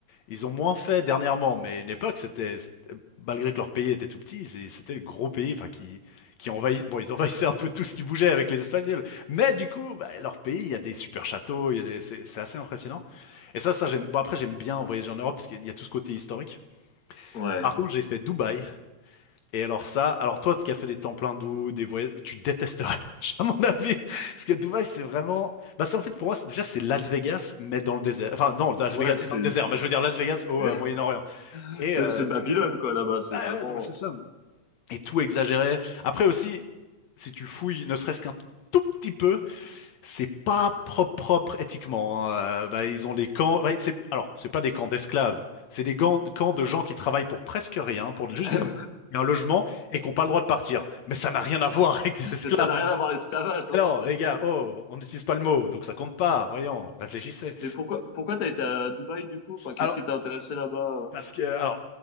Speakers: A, on the left; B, on the left.
A: ils ont moins fait dernièrement, mais à une époque, c'était, c'était- malgré que leur pays était tout petit, c'est- c'était le gros pays, enfin, qui, qui envahit, bon, ils envahissaient un peu tout ce qui bougeait avec les Espagnols. Mais du coup, bah, leur pays, il y a des super châteaux, il y a des- c'est, c'est assez impressionnant. Et ça, ça, j'aime, bon, après, j'aime bien voyager en Europe parce qu'il y a tout ce côté historique.
B: ouais.
A: Par contre, j'ai fait Dubaï. Et alors ça, alors toi qui as fait des temples hindous, des voyages, tu détesterais, <laughs> à mon avis. Parce que Dubaï, c'est vraiment, bah c'est en fait pour moi, c'est- déjà c'est Las Vegas, mais dans le désert. Enfin non, Las
B: Ouais,
A: Vegas
B: c'est
A: et dans le désert, mais je veux dire Las Vegas au
B: c'est
A: euh, Moyen-Orient. Et
B: c'est
A: euh,
B: c'est Babylone quoi là-bas, c'est
A: ouais,
B: vraiment.
A: ouais, non, mais c'est ça. Et tout exagéré. Après aussi, si tu fouilles, ne serait-ce qu'un tout petit peu, c'est pas propre, propre éthiquement. hein. Euh, bah, ils ont des camps. ouais, c'est... Alors, c'est pas des camps d'esclaves. C'est des gants- camps de gens qui travaillent pour presque rien, pour juste
B: <laughs>
A: de la bouffe et un logement, et qui n'ont pas le droit de partir. Mais ça n'a rien à voir avec des esclaves.
B: Mais ça n'a rien à voir l'esclavage, non
A: Alors,
B: non, pas
A: les
B: du
A: gars,
B: tout.
A: oh, on n'utilise pas le mot, donc ça compte pas. Voyons, réfléchissez.
B: Mais pourquoi pourquoi t'as été à Dubaï du coup? Enfin, qu'est-ce
A: Alors,
B: qui t'a intéressé là-bas?
A: parce que, alors,